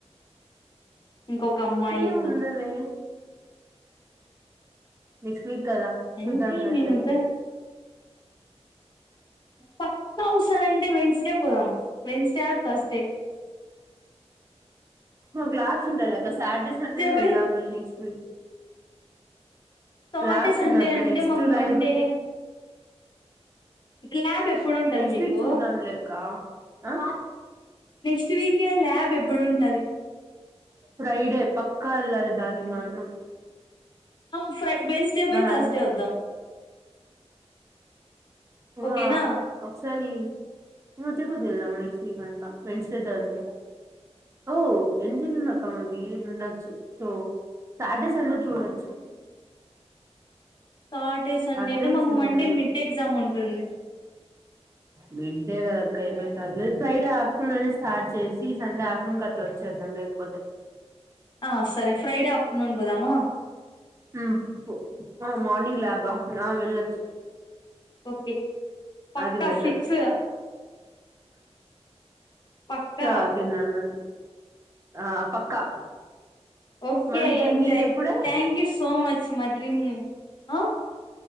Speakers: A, on the left; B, on the right.
A: ఇంకొక అమ్మాయి
B: ఏముండదే
A: అలా
B: నెక్స్ట్ వీక్ కదా చూద్దాం
A: అంటే
B: లే
A: మేముద్దరం
B: అట్లైతే
A: పక్కా <unintelligible> వెడ్నెస్డే పోదాం వెన్స్డే ఆర్ థార్స్డే
B: బ్లాక్స్ ఉండలక్క సాటర్డే సండేనే
A: పోయి
B: ఎళ్దాం లే నెక్స్ట్ వీక్
A: సాటర్డే
B: ల్యాబ్స్
A: సండే
B: ఉన్నాయి అక్క
A: అంటే
B: నెక్స్ట్
A: మాకు
B: లైబ్
A: మండే ల్యాబ్ ఎప్పుడు ఉంటది
B: నెక్స్ట్
A: మీకు
B: వీక్ చూద్దాం లే అక్క ఆ
A: నెక్స్ట్ వీకే ల్యాబ్ ఎప్పుడూన్
B: ఫ్రైడే పక్కా వెళ్ళాలి దానికి మాత్రం
A: హుమ్మ్ ఫ్రై వెడ్నెస్డే పోయి
B: మా
A: థర్డ్స్
B: అన్న
A: వద్దాం ఓకేనా
B: ఆ ఒక్కసారి మధ్య మధ్య లో వెళ్దామా నెక్స్ట్ వీకంట వెడ్నెస్డే థర్స్డే ఓ ఎంసిసి ఉందక్క మనకి ఉండొచ్చు సో సాటర్డే సండే చూడొచ్చు
A: సాటె సండే
B: అటెండెన్స్
A: అంటే మాకు మండే
B: లేదు
A: మిడ్ ఎగ్జామ్ ఉంటుంది
B: మిడ్ డే కాదక్కా ఏమైతదిలే ఫ్రైడే ఆఫ్టర్నూన్ అని స్టార్ట్ చేసి సండే ఆఫ్టర్నూన్కీ అట్లా వచ్చేద్దాం లేకపోతే
A: ఆ సరే ఫ్రైడే ఆఫ్టర్నూన్ పోదామ
B: హుమ్మ్ హా మార్నింగ్ లాబా ఆ వెళ్లొచ్చు
A: ఓకే పక్కా
B: అది బెటర్
A: ఫిక్స్ పక్కా
B: ఆ తిన్నానండ్ ఆ పక్కా
A: ఓకే
B: మనకి
A: ఎంజాయ్
B: నీకెప్పుడే
A: థాంక్యూ యూ సో మచ్ మా డ్రీమ్ ఆ